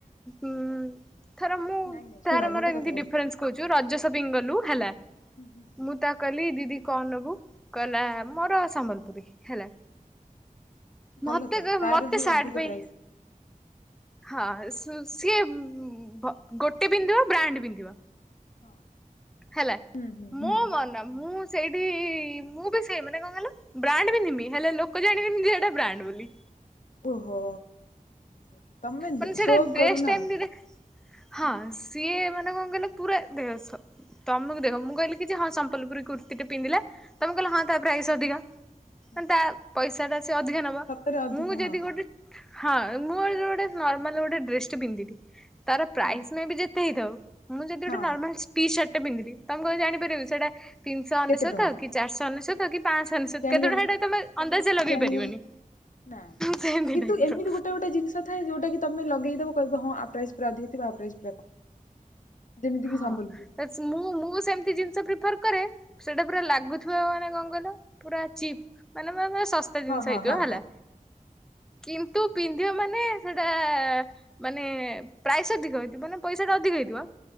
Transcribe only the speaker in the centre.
ଉ ଥରେ ମୁଁ
ତାର ମୋର
ଏମିତି
ଲ
ହେ
ମୁଁ ତା କ ଦିି କଣ ନବୁ? କହିଲ
ମୋରସ ମ ପୀ ହେଲା।
ମତେ
ମତେ
ସାର୍ଟ
ପାଇଁ
ହଁ ସିଏ ବ ଗୋଟେ ପିନ୍ଧିବ ବ୍ରାଣ୍ଡ ପିନ୍ଧିବ। <inaudible>
ହେଲା
ମୋ ମନ ମୁଁ ସେଇଠି ମୁଁ ବି ସେଇ ମାନେ କଣ କଇଲ ବ୍ରାଣ୍ଡ ପିନ୍ଧିବି ହେଲେ ଲୋକ ଜାଣିବେନି ଯେ ବ୍ରାଣ୍ଡ ବୋଲି।
ମାନେ ସେଟା
ଡ୍ରେସ୍
ଟା
ଏମତି ଦେ ହଁ
ସିଏ ମାନେ କ ମାନେ ପୁରା ଦେକ ତମକୁ ଦେଖ ମୁଁ କହିଲି କି ଯେ ହଁ ସମଲପୁରି କୁର୍ତୀ ଟେ ପିନ୍ଧିଲେ ତମେ କହିଲ ହଁ ତା ପ୍ରାଇସ ଅଧିକ ମାନେ
ତା ପଇସା ଟା ସେ ଅଧିକା ନବ
ମୁଁ
ଯଦି ଗୋଟେ ହଁ ମୋର ଯୋଉ ଟା ନର୍ମାଲ ଗୋଟେ ଡ୍ରେସ ଟେ ପିନ୍ଧିଲି। ତାର ପ୍ରାଇସ୍
ପାଇଁ ବି ଯେତେ ହେଇଥାଉ ମୁଁ ଯଦି ଗୋଟେ
ନର୍ମାଲ ଟି ସାର୍ଟ <unintelligible> ତମେ କଣ ଜାଣିପାରିବ
କି ସେଟା ତିିନିଶ ଅନେଶ୍ୱତ
କି ଚାରିଶ ଅନେସ୍ଵତ। ତା କି ପାଅଶ ଅନେଶ୍ୱତ
କେତେ ଟଙ୍କା ଏଟା ତମେ ଅନ୍ଦାଜିଆ ଲଗେଇ
ପାରିବନି।
ପିନ୍ଧିଁ ନାଇ
ମୋର।
ହଁ
ମୁଁ ମୁଁ ସେମିତି ଜିନିଷ ପ୍ରିଫ କରେ। ସେଇଟା ପୁରା ଲାଗୁଥିବ ମାନେ କ କଇଲ। ପୁରା ଚିପ୍ ମାନେ ଶସ୍ତା ଜିନିଷ
ହେଇଥିବ
ହେଲା କିନ୍ତୁ ପିନ୍ଧିବ ମାନେ ସେଟା ମାନେ ପ୍ରାଇସ୍ ଅଧିକ ହେଇଥିବ ମାନେ ପଇସାଟା ଅଧିକ ହେଇଥିବ